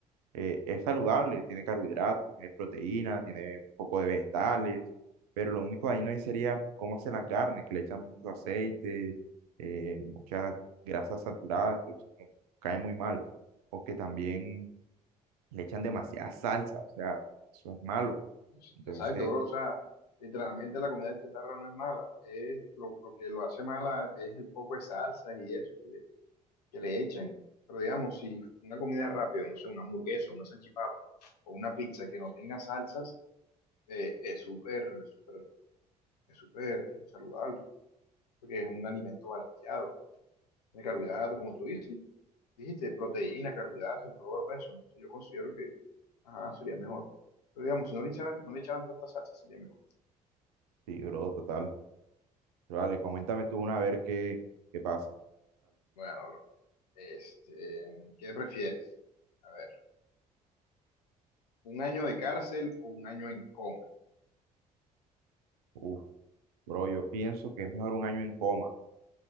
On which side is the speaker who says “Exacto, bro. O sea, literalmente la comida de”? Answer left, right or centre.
Left